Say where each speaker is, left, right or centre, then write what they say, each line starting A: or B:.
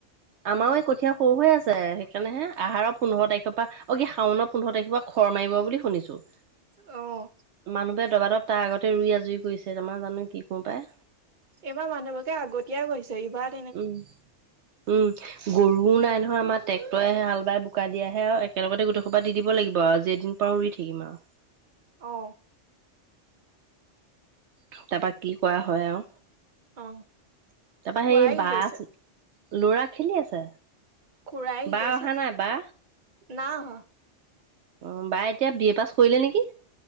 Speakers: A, on the right; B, on the right.
A: আমাৰো এই কঠীয়া সৰু হৈ আছে। সেইকাৰণে হে আহাৰৰ পোন্ধৰ তাৰিখৰ পৰা অ কি শাওণ পোন্ধৰ তাৰিখৰ পৰা খৰ মাৰিব বুলি শুনিছো?
B: অ'।
A: মানুহবোৰে দবা দব তাৰ আগতে ৰুই আজৰি কৰিছে, আমাৰ জানো কি কৰো পাই।
B: এইবাৰ মানুহবোৰে আগতীয়া কৰিছে। এইবাৰ
A: উম। উম, গৰুও নাই নহয় আমাৰ, ট্ৰেক্টৰেহে হাল বাই বোকা দিয়াহে আৰু একেলগতে গোটেই সো পা দি দিব লাগিব আৰু, যেই দিন পাৰো ৰুই থাকিম আৰু।
B: অ'।
A: তাৰপৰা কি কৰা হয় আৰু
B: অ'
A: তাৰপৰা
B: খুৰাই
A: সেই
B: কি
A: বাছ-
B: কৰিছে?
A: ল'ৰা খেলি আছে।
B: খুৰায় কি
A: বা
B: কৰিছে
A: অহা নাই বা
B: নাই অহা।
A: অঁ বাই এতিয়া বি এ পাছ কৰিলে নেকি?